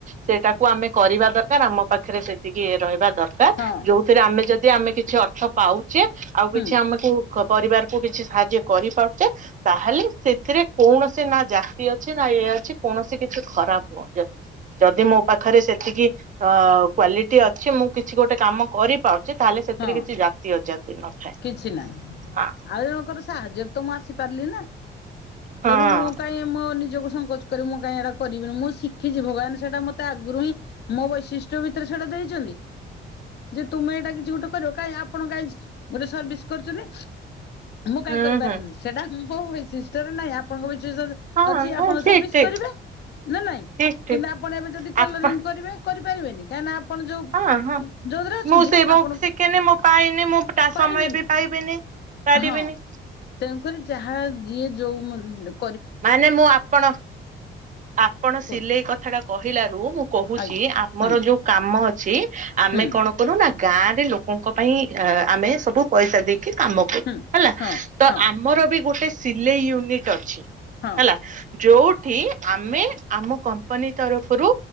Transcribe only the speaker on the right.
ସେଟାକୁ ଆମେ କରିବା ଦରକାର ଆମ ପାଖରେ ସେତିକି ଇଏ ରହିବା ଦରକାର
ଯଉ ଥିରେ ଆମେ ଯଦି ଆମେ କିଛି ଅର୍ଥ ପାଉଛେ ଆଉ
କିଛି ଆମକୁ କ ପରିବାରକୁ କିଛି ସାହାଯ୍ୟ କରିପାରୁଛେ ତାହେଲେ ସେଥିରେ କୌଣସି ନା ଜାତି ଅଛି ନା ଇଏ ଅଛି କୌଣସି କିଛି ଖରାପ ଅଜାତି। ଯଦି ମୋ ପାଖରେ ସେତିକି ଅ କ୍ଵାଲିଟି ଅଛି ମୁଁ କିଛି ଗୋଟେ କାମ କରିପାରୁଛି ତାହେଲେ ସେଥିରେ
କିଛି ଜାତି ଅଜାତି ନଥାଏ
ହ।
ହଁ
ହୁଁ
ହୁଁ
ହଁ
ନା
ଠିକ
ଠିକ
ଠିକ ଠିକ
ଆପଣ
ହଁ ହଁ
ମୁଁ ସେ ମୋ
ଶିଖିନି ମୁଁ ପାଇନି ମୁଁ ତା
ସମୟ ବି ପାଇବିନି ପାରିବିନି।
ମାନେ ମୁଁ ଆପଣ ଆପଣ
ସିଲେଇ କ କଥାଟା କହିଲାରୁ ମୁଁ କହୁଛି
ଆମର
ଯୋଉ କାମ ଅଛି ଆମେ
କଣ କରୁନା ଗାଁରେ ଲୋକଙ୍କ ପାଇଁ ଆମେ ସବୁ ପଇସା ଦେଇକି କାମ କରୁ
ହେଲା
ତ
ଆମର ବି ଗୋଟେ ସିଲେଇ ୟୁନିକ ଅଛି
ହେଲା ଯୋଉଠି ଆମେ ଆମ କମ୍ପାନୀ ତରଫରୁ